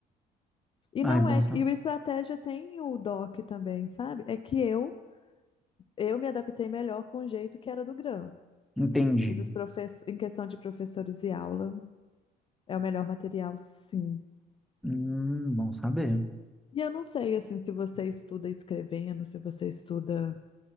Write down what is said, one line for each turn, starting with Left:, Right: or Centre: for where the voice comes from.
Left: E
Centre: Ai,
Left: não
Centre: bom
Left: é,
Centre: saber.
Left: e o estratégia tem o DOC também, sabe? É que eu Eu me adaptei melhor com o jeito que era do Gran.
Centre: Entendi.
Left: Mas os professores, em questão de professores e aula, é o melhor material, sim.
Centre: Hum, bom saber.
Left: E eu não sei, assim, se você estuda escrevendo, se você estuda